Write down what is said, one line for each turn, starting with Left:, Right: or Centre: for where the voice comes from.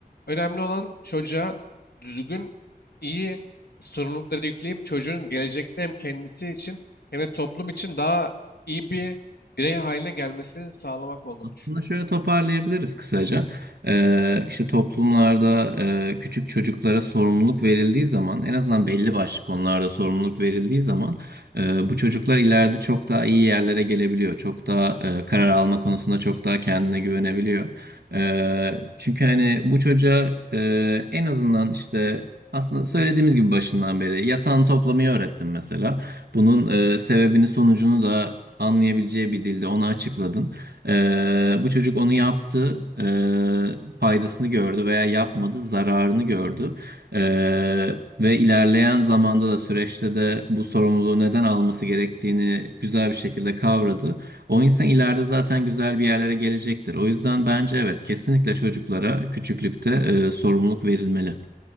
Left: Önemli olan çocuğa düzgün, iyi sorumlulukları yükleyip çocuğun gelecekte hem kendisi için hem de toplum için daha iyi bir birey haline gelmesini sağlamak olduğunu
Right: Aslında
Left: düşünüyorum
Right: şöyle
Left: ben.
Right: toparlayabiliriz kısaca. Ee, işte toplumlarda e, küçük çocuklara sorumluluk verildiği zaman en azından belli başlı konularda sorumluluk verildiği zaman e, bu çocuklar ileride çok daha iyi yerlere gelebiliyor. Çok daha e, karar alma konusunda çok daha kendine güvenebiliyor. E, çünkü hani bu çocuğa e, en azından işte Aslında söylediğimiz gibi başından beri yatağını toplamayı öğrettim mesela. Bunun e, sebebini sonucunu da anlayabileceği bir dilde ona açıkladın. Ee, bu çocuk onu yaptı, ee, faydasını gördü veya yapmadı, zararını gördü. Ee, ve ilerleyen zamanda da süreçte de bu sorumluluğu neden alması gerektiğini güzel bir şekilde kavradı. O insan ileride zaten güzel bir yerlere gelecektir. O yüzden bence evet, kesinlikle çocuklara küçüklükte e, sorumluluk verilmeli.